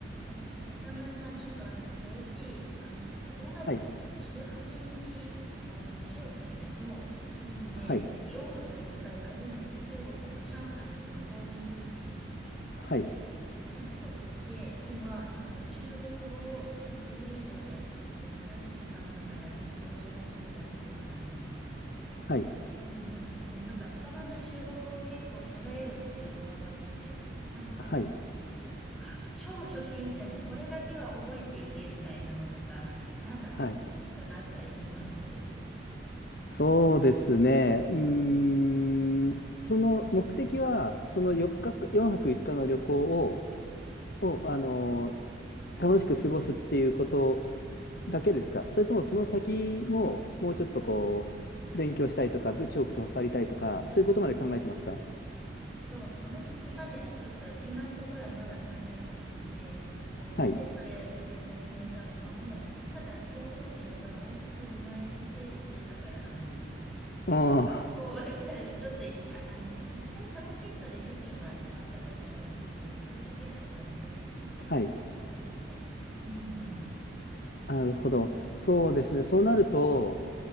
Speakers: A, in the centre; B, on the left.
A: え、中村さん、ちょっとあの、嬉しい。あのね、5月18日の日曜日だけの便で、
B: はい、はい、
A: 4泊5日で初めて中国の上海に旅行に行くんですよ。
B: はい、
A: そうそう。で、今、あの、中国語をデュオリンゴで、えっとね、何日か前から勉強し始めたところなんです。
B: はい、
A: うんうん。で、なんか中村さん、中国語結構喋れるってお伺いして、なんか、
B: はい、
A: は超初心者にこれだけは覚えていけみたいなのとか、なんかアドバイスとかあったりします
B: はい。そうですね。うーん、その目的は、その4日、4泊5日の旅行を、
A: うん
B: を、あのー楽しく過ごすっていうことだけですかそれともその先も、もうちょっとこう、
A: うんうん
B: 勉強したいとか、部長とかかりたいとか、そういうことまで考えてますか
A: うんえっと、その先まではちょっと今のところはまだ考えてなくて、で、なんでそれ旅行を決めたのかも、
B: はい。
A: ただ航空券が往復2万円でセールしてたからなんですよ。
B: あ
A: そう、だからちょっと一旦、あの、一回トランジットで北京は泊まったことあるんですけど、それだけだったんで、ちょっと行ってみようと思って。
B: あ、はい。
A: うんうん。
B: なるほど。そうですね。そうなると、